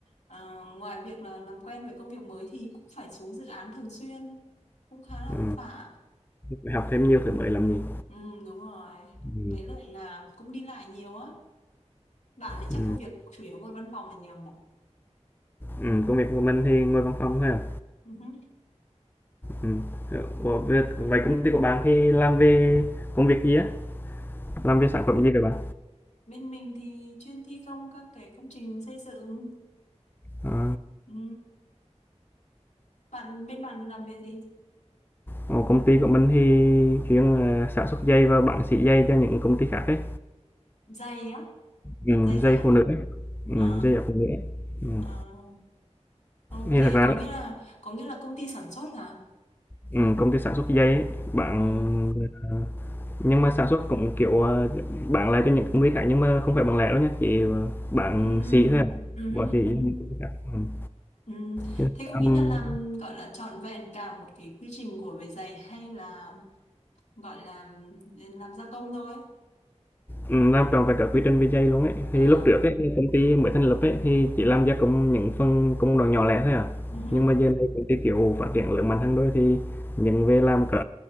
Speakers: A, on the left; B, on the left.
A: ờ, ngoài việc là làm quen với công việc mới thì cũng phải xuống dự án thường xuyên, cũng khá là
B: ừ,
A: vất vả.
B: phải học thêm nhiều thứ mới làm gì?
A: Ừ, đúng rồi.
B: Ừ,
A: Với lại là cũng đi lại nhiều á. Bạn thì chắc
B: ừ,
A: công việc chủ yếu ngồi văn phòng là nhiều nhỉ?
B: ừ, công việc của mình thì ngồi văn phòng thôi à.
A: Ừ hứ.
B: Ừ. ờ, Ủa, vậy vậy công ty của bạn thì làm về công việc gì á? Làm về sản phẩm gì vậy bạn?
A: Bên mình thì chuyên thi công các cái công trình xây dựng.
B: À,
A: Ừ. Bạn bên bạn thì làm về gì?
B: ồ, công ty của mình thì chuyên ờ, sản xuất giày và bán sỉ giày cho những công ty khác ấy.
A: Giày á,
B: Ừm,
A: giày
B: dây
A: dép
B: phụ
A: á.
B: nữ, ấy. ừm,
A: À,
B: dây dải phụ nữ. ấy. Ừm,
A: à, ok,
B: thì thật ra
A: có nghĩa
B: á,
A: là có nghĩa là công ty sản xuất hả?
B: ừm, công ty sản xuất dây ấy, bạn,
A: À,
B: ờ nhưng mà sản xuất cũng, kiểu, ờ, bán lại cho những công ty khác nhưng mà không phải bằng lẻ đâu nhé chỉ, ờ, bán
A: ừ, ừ,
B: sỉ thôi à,
A: ừ,
B: bỏ
A: ừ, ừ.
B: xỉ, cho
A: ừ.
B: những công ty khác, ừm.
A: Ừ,
B: Chứ
A: Thế
B: làm
A: có nghĩa là làm gọi là trọn vẹn cả một cái quy trình của về giày hay là gọi là làm gia công thôi?
B: ừm, làm trọn vẹn cả quy trình về dây luôn ấy.
A: À,
B: Thì lúc trước ấy, thì công ty mới thành lập ấy, thì chỉ làm gia công những phần công đoạn nhỏ lẻ thôi à,
A: ừ,
B: nhưng mà giờ này công ty, kiểu, phát triển lớn mạnh hơn đôi thì những về làm cả